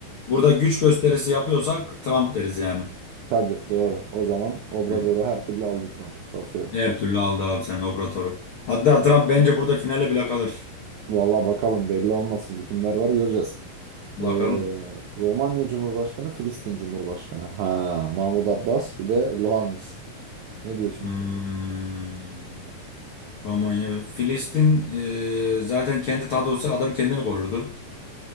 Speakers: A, on the left (about 70°); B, on the right (about 75°).
A: burada güç gösterisi yapıyorsak Trump deriz yani.
B: Tabii doğru. O zaman Obrador'u
A: Hı.
B: her türlü aldı Trump. Basıyorum.
A: Her türlü aldı abi sen Obrador'u. Hatta Trump bence burada finale bile kalır.
B: Vallahi bakalım belli olmaz şimdi kimler var göreceğiz.
A: Bakalım.
B: Ee, Romanya Cumhurbaşkanı, Filistin Cumhurbaşkanı. Ha, Mahmut Abbas bir de Lohannis. Ne diyorsun?
A: Hmm. Romanya. ve Filistin e, zaten kendi tadı olsa adam kendini korurdu.